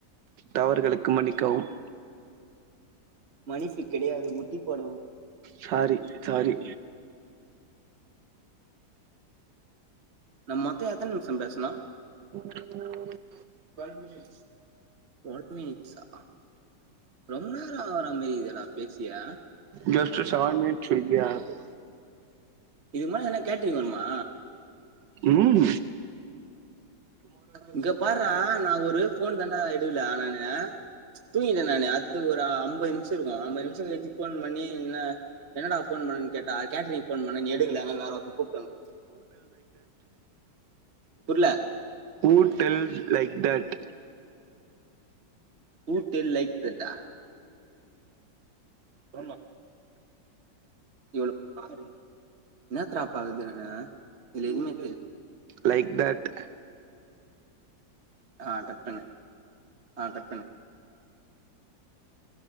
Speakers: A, on the right; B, on the right.
A: தவறுகளுக்கு மன்னிக்கவும்
B: மன்னிப்பு கிடையாது முட்டி போடவும்
A: சாரி சாரி
B: நம்மமொத்த எத்தன் நிம்ஷம் பேசனு
A: <inaudible>
B: ட்வெல் மினிட்ஸ் ட்வெல் மினிட்ஸா ரொம்ப நேர ஆகறமாரி இருக்கேடா பேசியே
A: ஜஸ்ட்டு செவன் மினிட்ஸ் இப்டி ஆகுது
B: இது மாரி என்னா கேட்ரிங்க வருமா
A: ம்
B: இங்க பார்ரா நா ஒரு ஃபோன் தாண்டா எடுக்கல நானு தூங்கிட்டே நானு அட்த்து ஒரு அம்பது நிமிஷோருக்கு அம்பது நிமிஷோ கழிச்சு ஃபோன் பண்ணி என்ன என்னடா ஃபோன் னுன் கேட்டா கேட்டரிங் ஃபோன் பண்ண நீ எடுக்கல அதனால வேற ஒருத்தன கூப்ட்டு வந் புர்ல
A: ஊ tells like that
B: who tell like தட்டா <inaudible> இவ்ளோ பாருங் என்னாத்ரா பாக்றது நானு இதுல எதுவுமே தெரி
A: லைக் தட்
B: ஆ கட் பண்ணு, ஆ கட் பண்ணு